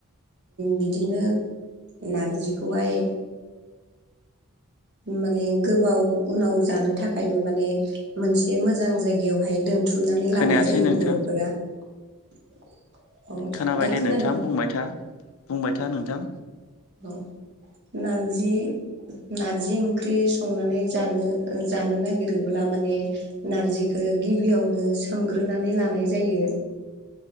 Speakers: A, on the right; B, on the left.
A: बिदिनो नारजिखौहाय माने गोबाव उनाव जानो थाखायबो माने मोनसे मोजां जायगायावहाय दोन बुथुमनानै
B: खोनायासै
A: लानाय जायो
B: नोंथां
A: बर'फोरा <unintelligible> अ
B: खोनाबाय
A: दा
B: दे
A: खोनादोंदां
B: नोंथां बुंबाय था बुंबाय था नोंथां
A: अ नारजि नारजि ओंख्रि संनानै जानो जानो नागिरोब्ला माने नारजिखौ गिबियावनो सोमग्रोनानै लानाय जायो।